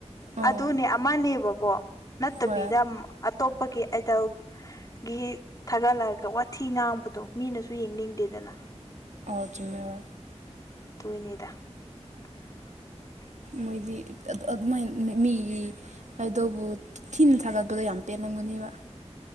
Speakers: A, on the right (about 85°); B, on the left (about 30°).
A: ꯑꯥ
B: ꯑꯗꯨꯅꯦ ꯑꯃꯅꯦꯕꯀꯣ ꯅꯠꯇꯕꯤꯗ
A: ꯍꯣꯏ
B: ꯑꯇꯣꯞꯄꯒꯤ ꯑꯥꯏꯗꯜ ꯒꯤ ꯊꯥꯒꯠꯂꯛꯒ ꯋꯥꯊꯤ ꯉꯥꯡꯕꯗꯣ ꯃꯤꯅꯁꯨ ꯌꯦꯡꯅꯤꯡꯗꯦꯗꯅ
A: ꯑꯥ ꯆꯨꯝꯃꯦꯕ
B: ꯗꯨꯏꯅꯤꯗ <unintelligible>
A: ꯃꯣꯏꯗꯤ ꯑꯗꯨꯃꯥꯏꯟ ꯃꯤꯒꯤ ꯍꯥꯏꯗꯕꯨ ꯊꯤꯅ ꯊꯥꯒꯠꯄꯗ ꯌꯥꯝ ꯄꯦꯜꯂꯝꯒꯅꯦꯕ